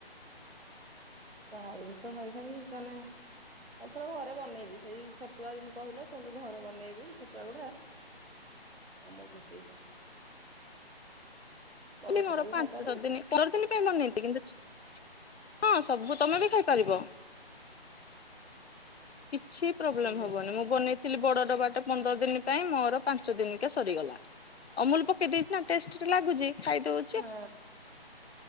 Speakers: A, on the right; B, on the left.
A: ବାହାର ଜିନିଷ ଖାଇ ଖାଇ ସେମାନେ ଏଥର ଘରେ ବନେଇବି ସେଇ ଛତୁଆ ଯେମିତି କହିଲ ସେମିତି ଘରେ ବନେଇବି ଛତୁଆ ଗୁଡା ଅମୁଲ ମିଶେଇବ, ବଡ
B: ମୋର
A: ପିଲା ବି
B: ପାଞ୍ଚ
A: ଖାଇପାରିବେ ଛୋ
B: <unintelligible> ପାଇଁ ବନେଇଛି କିନ୍ତୁ ଛୋ ହଁ ସବୁ ତମେ ବି ଖାଇପାରିବ। କିଛି ପ୍ରୋବ୍ଲେମ
A: ହଁ
B: ହବନି ମୁଁ ବନେଇ ଥିଲି ବଡ ଡବାଟେ ପନ୍ଦର ଦିନି ପାଇଁ, ମୋର ପାଞ୍ଚ ଦିନିକେ ସରିଗଲା। ଅମୁଲ ପକେଇ ଦେଇଛି ନା ଟେଷ୍ଟି ତ ଲାଗୁଛି ଖାଇଦଉ
A: ହୁଁ।